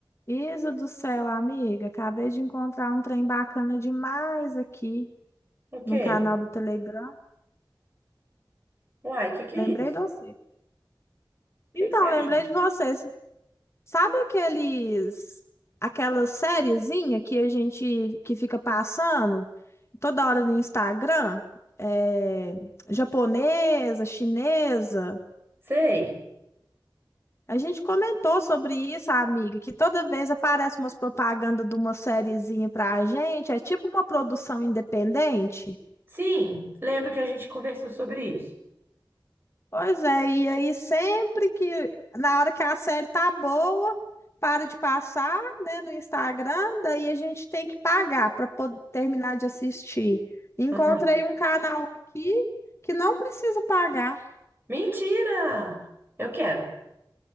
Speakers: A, on the left; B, on the right.
A: Isa do céu, amiga, acabei de encontrar um trem bacana demais aqui
B: O
A: no
B: quê?
A: canal do Telegram.
B: Uai, o que que
A: Lembrei
B: é isso?
A: de você.
B: O
A: Então,
B: que que você achou?
A: lembrei de você. Sabe aqueles aquela sériezinha que a gente que fica passando toda hora no Instagram? É, japonesa, chinesa.
B: Sei.
A: A gente comentou sobre isso, amiga, que toda vez aparece umas propagandas de uma sériezinha pra gente, é tipo uma produção independente.
B: Sim, lembro que a gente conversou sobre isso.
A: Pois é, e aí sempre que, na hora que a série tá boa, para de passar, né, no Instagram, daí a gente tem que pagar para poder terminar de assistir. Encontrei
B: Aham.
A: um canal aqui que não precisa pagar.
B: Mentira! Eu quero.